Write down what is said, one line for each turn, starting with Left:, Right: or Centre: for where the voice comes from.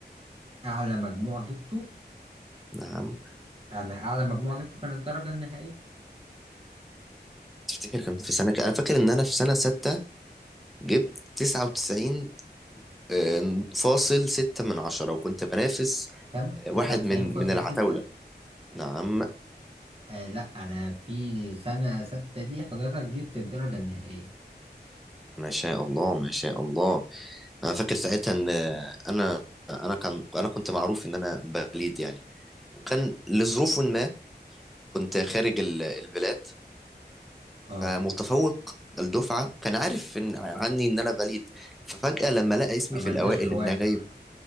Right: اعلى مجموع جبته
Centre: نعم
Right: انا اعلى مجموع جبته كانت الدرجه النهائيه
Centre: تفتكر كان في سنة ك- انا فاكر ان انا في سنة ستة جبت تسعة وتسعين آه، فاصل ستة من عشرة وكنت بنافس
Right: كام
Centre: آه، واحد
Right: 99.6
Centre: من من العتاولة نعم
Right: آه لا انا في سنه ستة دي حضرتك جبت الدرجه النهائيه
Centre: ما شاء الله ما شاء الله أنا فاكر ساعتها إن آه، أنا أنا كان أنا كنت معروف إن أنا بليد يعني وكان لظروف ما كنت خارج ال- البلاد
Right: اه
Centre: فمتفوق الدفعة كان عارف إن عني إن أنا بليد ففجأة لما لقى اسمي
Right: فما
Centre: في
Right: اداش
Centre: الأوائل
Right: خوانة
Centre: إن أنا جاي
Right: بقى